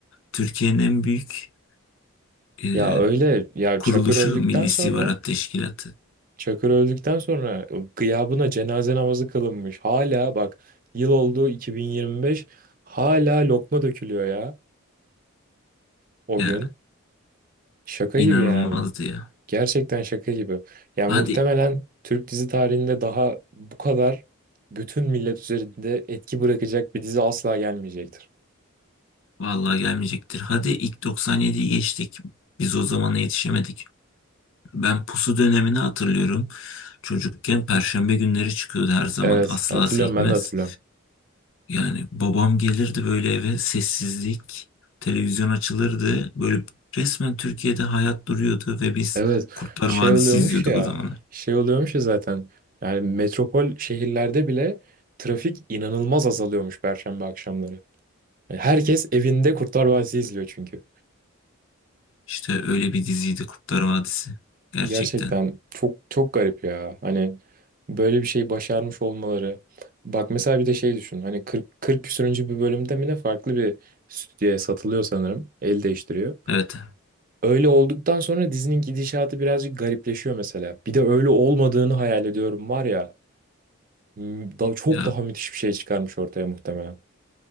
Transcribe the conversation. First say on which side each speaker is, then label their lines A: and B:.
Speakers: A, on the left; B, on the right.
A: Türkiye'nin en büyük e,
B: Ya öyle ya
A: kuruluşu
B: Çakır öldükten
A: Milli İstihbarat
B: sonra
A: Teşkilatı.
B: Çakır öldükten sonra gıyabına cenaze namazı kılınmış. Hala bak yıl oldu 2025 hala lokma dökülüyor ya o
A: Ya
B: gün. Şaka
A: inanılmazdı
B: gibi yani.
A: ya.
B: Gerçekten şaka gibi. Yani
A: Hadi
B: muhtemelen Türk dizi tarihinde daha bu kadar bütün millet üzerinde etki bırakacak bir dizi asla gelmeyecektir.
A: vallahi gelmeyecektir. Hadi ilk 97'yi geçtik. Biz o zamana yetişemedik. Ben pusu dönemini hatırlıyorum. Çocukken perşembe günleri çıkıyordu her zaman
B: Evet
A: asla
B: hatırlıyorum
A: sekmez.
B: ben de hatırlıyorum.
A: Yani babam gelirdi böyle eve sessizlik, televizyon açılırdı. Böyle resmen Türkiye'de hayat duruyordu ve biz
B: Evet
A: Kurtlar
B: şey
A: Vadisi
B: oluyormuş
A: izliyorduk
B: ya
A: o zamanlar.
B: şey oluyormuş ya zaten yani metropol şehirlerde bile trafik inanılmaz azalıyormuş Perşembe akşamları. Yani herkes evinde Kurtlar Vadisi izliyor çünkü.
A: İşte öyle bir diziydi Kurtlar Vadisi gerçekten.
B: Gerçekten çok çok garip ya hani böyle bir şey başarmış olmaları. Bak mesela bir de şey düşün hani 40, 40 küsürüncü bir bölümde mi ne farklı bir stüdyoya satılıyor sanırım el değiştiriyor.
A: Evet
B: Öyle olduktan sonra dizinin gidişatı birazcık garipleşiyor mesela. Bir de öyle olmadığını hayal ediyorum var ya. Hmm, da- çok
A: ya
B: daha müthiş bir şey çıkarmış ortaya muhtemelen.